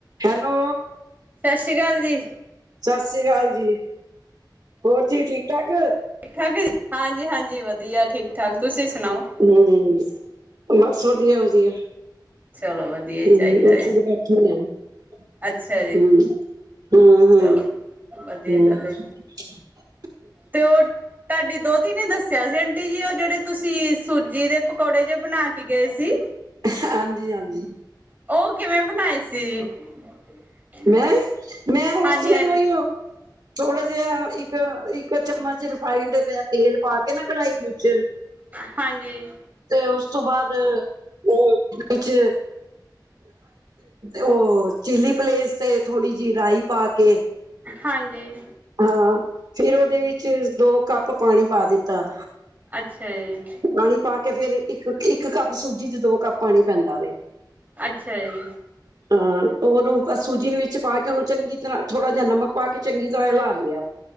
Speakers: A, on the right; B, on the right.
A: Hello.
B: ਸ਼ ਕਾਲ ਜੀ।
A: ਸਸਰੀ ਕਾਲ ਜੀ ਹੋਰ ਜੀ ਠੀਕ- ਠਾਕ
B: ਠੀਕ- ਠਾਕ ਹਾਂਜੀ- ਹਾਂਜੀ ਵਧੀਆ ਠੀਕ- ਠਾਕ ਤੁਸੀਂ ਸੁਣਾਓ?
A: ਹਮ ਬਸ ਵਧੀਆ- ਵਧੀਆ
B: ਚਲੋ ਵਧੀਆ ਹੀ
A: ਹੁ
B: ਚਾਹੀਦਾ
A: ਏ, ਸੀ, 'ਚ' ਬੈਠੇ ਹੋਏ ਆ ਹੁਅ,
B: ਅੱਛਾ ਜੀ
A: ਹੁਅ-
B: ਚਲੋ
A: ਹੁਅ,
B: ਵਧੀਆ ਗੱਲ
A: ਹੁਅ।
B: ਹੈ ਤੇ ਉਹ ਤੁਹਾਡੀ ਦੋਤੀ ਨੇ ਦੱਸਿਆ ਸੀ ਆਂਟੀ ਜੀ ਉਹ ਜਿਹੜੇ ਤੁਸੀਂ ਸੂਜੀ ਦੇ ਪਕੌੜੇ ਜੇ ਬਣਾ ਕੇ ਗਏ ਸੀ।
A: ਹਾਂਜੀ ਹਾਂਜੀ।
B: ਉਹ ਕਿਵੇਂ ਬਣਾਏ ਸੀ ਜੀ
A: ਮੈਂ, ਮੈਂ
B: ਹਾਂਜੀ-
A: ਉਸ ਤਰ੍ਹਾਂ
B: ਹਾਂਜੀ।
A: ਹੀ ਉਹੀ ਓ ਥੋੜਾ ਜਿ ਇੱਕ- ਇੱਕ ਚਮਚ ਰਿਫਾਈੰਡ ਪਿਆ ਤੇਲ ਪਾ ਕੇ ਨਾ ਕੜਾਹੀ ਵਿੱਚ
B: ਹਾਂਜੀ।
A: ਤੇ ਉਸ ਤੋਂ ਬਾਅਦ ਉ ਵਿੱਚ ਉਹ ਚਿਲੀ ਪਲੇਸ ਤੇ ਥੋੜੀ ਜਿਹੀ ਰਾਈ ਪਾ ਕੇ
B: ਹਾਂਜੀ
A: ਹਾਂ। ਫਿਰ ਉਹਦੇ ਵਿੱਚ ਦੋ ਕੱਪ ਪਾਣੀ ਪਾ ਦਿੱਤਾ।
B: ਅੱਛਾ ਜੀ।
A: ਪਾਣੀ ਪਾ ਕੇ ਫੇਰ ਇੱਕ- ਇੱਕ ਕੱਪ ਸੂਜੀ 'ਚ' ਦੋ ਕੱਪ ਪਾਣੀ ਪੈਂਦਾ ਵੇ
B: ਅੱਛਾ ਜੀ।
A: ਹਾਂ ਉਹਨੂੰ ਸੂਜੀ ਦੇ ਵਿੱਚ ਪਾ ਕੇ ਉਹਨੂੰ ਚੰਗੀ ਤਰ੍ਹਾਂ ਥੋੜਾ ਜਿਹਾ ਨਮਕ ਪਾ ਕੇ ਚੰਗੀ ਤਰ੍ਹਾਂ ਲਾ ਲਿਆ